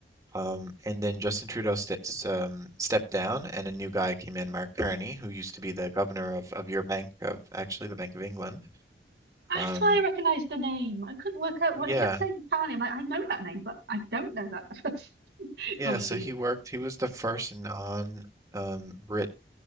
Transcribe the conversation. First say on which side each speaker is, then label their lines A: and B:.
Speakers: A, on the right (about 20°); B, on the right (about 70°).
A: Um, and then Justin Trudeau steps um, stepped down, and a new guy came in, Mark Carney, who used to be the governor of, of your bank, of actually the Bank of England.
B: that's
A: Um,
B: why I recognised the name. I couldn't work out what
A: yeah,
B: I kept saying. Tali, I'm like, I know that name, but I don't know that. <laughs>
A: yeah.
B: Obviously,
A: So he worked. He was the first non, um, Brit